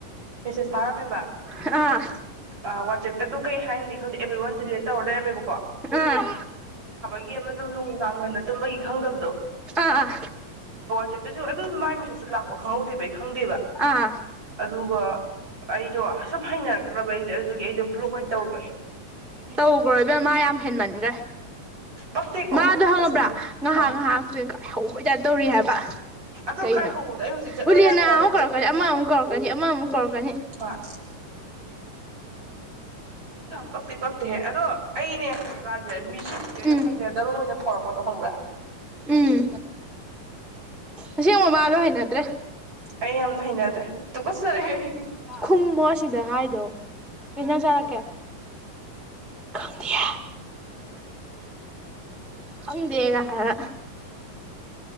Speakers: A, on the right; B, in the centre.
A: ꯃꯦꯁꯦꯁ ꯊꯥꯔꯝꯃꯦꯕ
B: ꯑꯥ
A: ꯑ ꯋꯥꯆꯞ ꯑꯗꯨ ꯀꯩ ꯍꯥꯏꯅ‌ꯣꯗꯤ ꯈꯪꯗ‌ꯦ ꯑꯦꯕ꯭ꯔꯤ ꯋꯥꯟ ꯗꯤꯂꯤꯠ ꯇꯧꯔ ꯂꯩꯔꯝꯃꯦꯕ
B: ꯑꯥ
A: ꯒꯤ ꯑꯃꯁꯨꯡ ꯅꯨꯡꯗꯥꯡ ꯉꯟꯅ ꯇꯨꯝꯕꯒꯤ ꯈꯪꯗꯕꯗꯣ
B: ꯑꯥ
A: ꯆ‌ꯦꯞꯇꯁꯨ ꯑꯗꯨ ꯃꯥꯏ ꯃꯦꯁꯁꯨ ꯂꯥꯛ ꯈꯪꯍꯧꯗꯦꯕ ꯑꯩ ꯈꯪꯗꯦꯕ
B: ꯑꯥ
A: ꯑꯗꯨꯒ ꯑꯩꯗꯣ ꯁꯨꯝ ꯍꯩꯅꯔꯛꯇ꯭ꯔꯕ ꯑꯩꯁꯦ ꯑꯗꯨ ꯑꯩꯁ‌ꯦ ꯕ꯭ꯂꯣꯛ ꯑꯣꯏꯅ ꯇꯧꯈ꯭ꯔꯦ
B: ꯇꯧꯈ꯭ꯔꯣ ꯏꯕꯦꯝꯃ ꯃꯥ ꯌꯥꯝ ꯍꯦꯟꯃꯟꯈ꯭ꯔꯦ
A: ꯄꯛꯇꯦꯀꯣ
B: ꯃꯥꯗꯣ ꯈꯪꯕ꯭ꯔꯥ
A: ꯇꯁꯦꯡꯅ
B: ꯉꯥꯏꯍꯥꯛ
A: ꯑꯥ
B: ꯉꯥꯏꯍꯥꯛ ꯀꯥꯏꯍꯧꯕꯩ ꯇꯥꯏꯞ ꯇꯧꯔꯤ ꯍꯥꯏꯕ꯭ꯔꯥ
A: ꯑꯗꯣ
B: ꯀꯩꯅꯣ
A: ꯀꯥꯏꯍꯧꯕꯗꯣ ꯑꯩ ꯍꯧꯖꯤꯛ ꯆꯠꯂꯣ
B: ꯎꯂꯦꯅꯥ
A: ꯌꯥꯗ꯭ꯔꯦ ꯍꯥꯏꯕ
B: ꯑꯃꯨꯛ ꯀꯧꯔꯛꯀꯅꯤ ꯑꯃꯃꯨꯛ ꯀꯧꯔꯛꯀꯅꯤ ꯑꯃꯃꯨꯛ ꯀꯧꯔꯛꯀꯅꯤ
A: ꯑ ꯄꯛꯇꯤ ꯄꯛꯇꯤꯍꯦ ꯑꯗꯣ ꯑꯩꯅꯦ ꯍꯧꯖꯤꯛꯀꯥꯟꯁꯦ ꯃꯤꯁꯤꯡꯁꯤꯁꯦ
B: ꯎꯝ
A: ꯍꯩꯅꯗꯕ ꯃꯤ ꯑꯣꯏꯅ ꯐꯥꯎꯔꯛꯄꯣꯗꯣ ꯈꯪꯕ꯭ꯔꯥ
B: ꯎꯝ ꯑꯁꯦꯡꯕ ꯃꯥꯗꯣ ꯍꯩꯅꯗ꯭ꯔꯦ
A: ꯑꯩ ꯌꯥꯝꯅ ꯍꯩꯅꯗ꯭ꯔꯦ ꯇꯣꯀꯠꯆꯔꯦ ꯍꯩ
B: ꯈꯨꯝꯃ‌ꯣ ꯑꯁꯤꯗ ꯍꯥꯏꯗꯣ ꯀꯩ ꯏꯟꯁꯥꯡ ꯆꯔꯛꯀꯦ ꯈꯪꯗꯦ ꯈꯪꯗꯦ ꯀ ꯍꯥꯏꯅ